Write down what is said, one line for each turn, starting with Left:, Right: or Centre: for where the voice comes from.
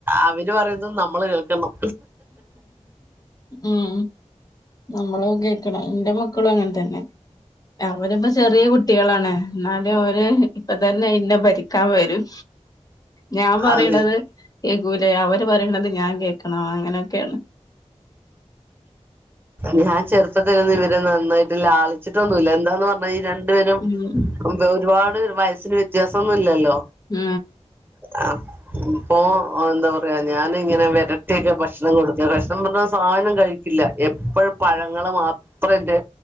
Right: അവര് പറയുന്നത് നമ്മള് കേൾക്കണം
Left: ഉം നമ്മളത് കേക്കണം ഇന്റെ മക്കളും അങ്ങനെ തന്നെ അവരിപ്പോ ചെറിയ കുട്ടികളാണ് എന്നാലും അവര് ഇപ്പ തന്നെ ഇന്നെ ഭരി ക്കാവരും ഞാൻ പറിണത്
Right: അത്
Left: കേക്കൂലെ അവര് പറിണത് ഞാൻ കേ ക്കണോ അങ്ങനൊക്കാണ്
Right: ഞാൻ ചെറുപ്പത്തിലൊന്നും ഇവരെ നന്നായിട്ട് ലാളിച്ചിട്ടൊന്നുല്ല എന്താന്ന് പറഞ്ഞ ഈ ര ണ്ടുപേരും
Left: ഉം
Right: എന്ത് ഒരുപാട് വയസിന് വ്യത്യാസൊന്നുല്ലല്ലോ
Left: ആ
Right: ആ ഇപ്പോ എന്താപറയാ ഞാൻങ്ങനെ വരട്ടിയൊക്കെ ഭക്ഷണം കൊടുക്ക ഭക്ഷണം പറഞ്ഞാ ഒരു സാധനം കഴി ക്കില്ല എപ്പോഴും പഴങ്ങള് മാത്രേ ഇന്റെ